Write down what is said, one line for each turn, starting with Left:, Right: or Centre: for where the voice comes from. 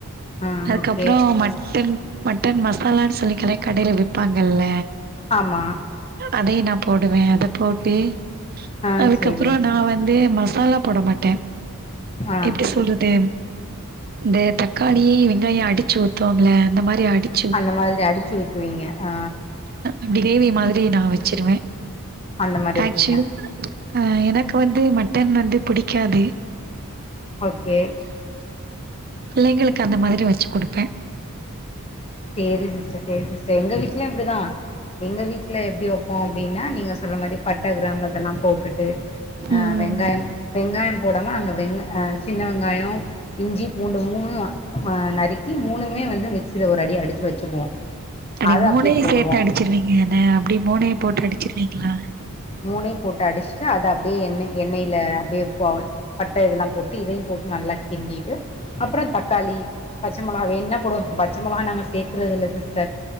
Left: ஆ
Right: அதுக்கப்றோ
Left: ஓகே
Right: மட்டன் மட்டன் மசாலான்னு சொல்லி கடை கடைல விப்பாங்கல்ல
Left: ஆமா
Right: அதையு நா போடுவே அத போட்டு
Left: ஆ
Right: அதுக்கப்றோ
Left: சேரி
Right: நா வந்து மசாலா போட மாட்டே
Left: ஆ
Right: எப்டி சொல்றது இந்த தக்காளி வெங்காயோ அடிச்சு ஊத்வோம்ல இந்த மாரி அடிச்
Left: அந்த மாரி அடிச்சு ஊத்துவீங்க ஆ
Right: இப்டி கிரேவி மாதிரி நா வச்சிருவே
Left: அந்த மாரி இருப்பீங்க
Right: ஆக்சுவலி அ எனக்கு வந்து மட்டன் வந்து புடிக்காது
Left: ஓகே
Right: புள்ளைங்களுக்கு அந்த மாதிரி வச்சு குடுப்பே
Left: சேரிங் சிஸ்டர் சேரி சிஸ்டர் எங்க வீட்ல அப்டிதா எங்க வீட்ல எப்டி வப்போ அப்டின்னா நீங்க சொல்ற மாரி பட்ட கிராம் அதலா போட்டுட்டு அ
Right: ம்.
Left: வெங்காயம் வெங்காயம் போடாம நாங்க வெங் சின்ன வெங்காயன இஞ்சி பூண்டு மூணு அ நறுக்கி மூணுமே வந்து மிக்சில ஒரு அடி அடிச்சு வச்சுக்குவோ
Right: அப்டி
Left: அத
Right: மூணையு
Left: அப்டியே போடுவோ
Right: சேத்து அடிச்சிருவீங்க என்ன அப்டி மூணையு போட்டு அடிச்சிர்வீங்ளா
Left: மூணயு போட்டு அடிச்ட்டு அத அப்டியே எண்ணெ எண்ணெயில அப்டியே போ பட்ட இதெல்லா போட்டு இதயு போட்டு நல்லா கிண்டிட்டு அப்பறோ தக்காளி பச்ச மொளக வேன்னா போடுவோ பச்ச மொளகா நாங்க சேக்கறது இல்ல சிஸ்டர்